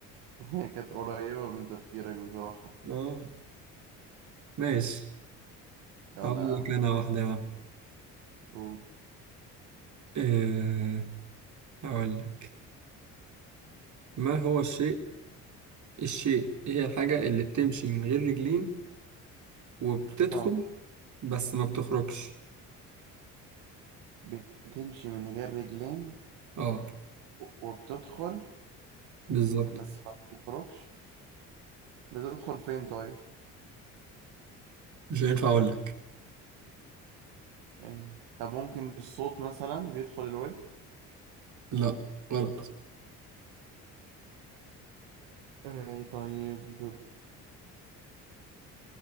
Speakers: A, on the right; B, on the right.
A: <laughs> هي كانت قريبة من تفكيرك بصراحة
B: اه ماشي
A: يلا
B: هقول
A: يا عم
B: لك انا واحدة يا عم
A: قول
B: أه هقول لك ما هو الشيء الشيء هي الحاجة اللي بتمشي من غير رجلين وبتدخل
A: اه
B: بس ما بتخرجش
A: بتمشي من غير رجلين
B: اه
A: وبتدخل
B: بالظبط
A: بس ما بتخرجش بتدخل فين طيب؟
B: مش هينفع اقول لك
A: إيه. طب ممكن الصوت مثلا بيدخل الود
B: لا غلط
A: إيه طيب